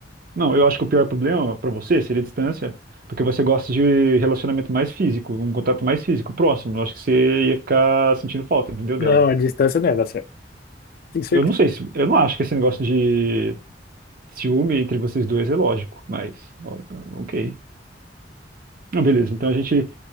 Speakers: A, on the right; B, on the left.
A: Não, eu acho que o pior problema para você seria a distância, porque você gosta de relacionamento mais físico, um contato mais físico, próximo. Eu acho que você ia ficar sentindo falta, entendeu,
B: Não,
A: dela.
B: a distância não ia dar certo. Tenho certeza.
A: Eu não sei, se, eu não acho que esse negócio de ciúme entre vocês dois é lógico, mas ó, ok. Não, beleza, então a gente